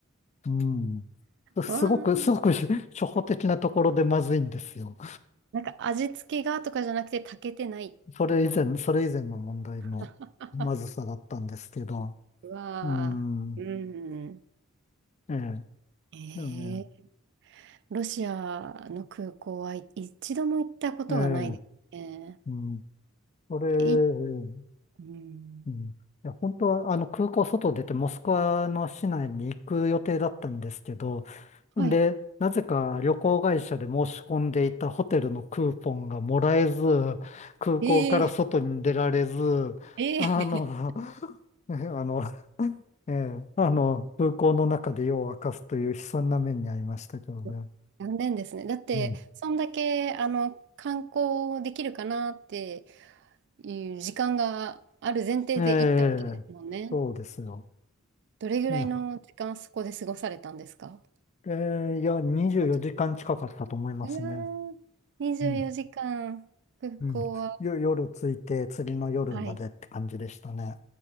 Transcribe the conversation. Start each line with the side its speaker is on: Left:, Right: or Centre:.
Left: うん、すごく、
Right: わー
Left: すごく <laughs> 初歩的なところでまずいんですよ。
Right: なんか味付けがとかじゃなくて炊けてないところ。
Left: それ以前、それ以前の問題のまずさだったんですけど、
Right: <laughs> うわーうん。
Left: うん、ええ、
Right: えー、
Left: でもね、
Right: ロシアの空港はい一度も行ったことがないですね。
Left: ええ、うんそれ、う
Right: い、うん。
Left: んいや、本当は、あの、空港外出て、モスクワの市内に行く予定だったんですけど、
Right: はい。
Left: んで、なぜか旅行会社で申し込んでいたホテルのクーポンがもらえず、空港から外に出られず、
Right: ええええ
Left: あの、<laughs> ねあの、ええ、あの、空港の中で夜を明かすという悲惨な目に遭いましたけどね。
Right: <laughs> 残念ですね。だって、
Left: うん。
Right: そんだけ、あの、観光できるかなっていう時間がある前提で行ったわけですもんね。
Left: ええ、そうですよ。
Right: どれぐらいの時間そこで過ごされたんですか
Left: いや、ええ、いや、24時間近かったと思いますね。
Right: その時は。うわー、24時間、
Left: うん、
Right: 空港は。
Left: うん。よ、夜着いて、次の夜までって感じでしたね。
Right: はい。